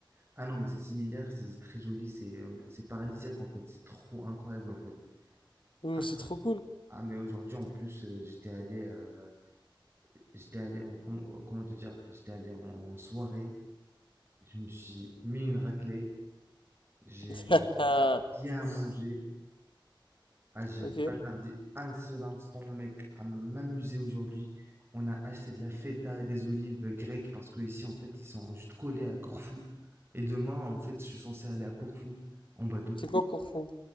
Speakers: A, on the right; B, on the left.
A: Ah non, mais c'est similaire, c'est très joli, c'est euh, c'est paradisiaque en fait, c'est trop incroyable en fait.
B: Non,
A: Ah,
B: Mais c'est trop cool.
A: ah, mais aujourd'hui en plus, euh, j'étais allé, euh, j'étais allé en, com- euh, comment te dire, j'étais allé en, en soirée, je me suis mis une raclée, j'ai
B: <laughs>
A: j'ai bien mangé, Ah, j'ai
B: Ok.
A: pas tardé un seul instant, mec, à m'amuser aujourd'hui. On a acheté de la feta et des olives grecques parce que ici, en fait, ils sont juste collés à Corfou. Et demain, en fait, je suis censé aller à Corfou en bateau.
B: C'est quoi Cool. qu'on fond?